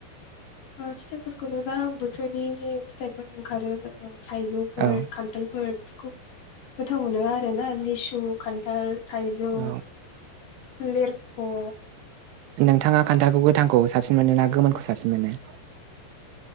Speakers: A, on the left (about 60°); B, on the right (about 80°).
A: फिथाइफोरखौबो बा बोथोरनि जे फिथाइफोर ओंखारो थाइजौफोर।
B: औ
A: खान्थालफोर बेफोरखौ गोथाव मोनो आरो ना लिसु खान्थाल। थाइजौ,
B: औ
A: लेरख'।
B: नोंथााङा खान्थालखौ गोथांखौ साबसिन मोनो ना गोमोनखौ साबसिन मोनो?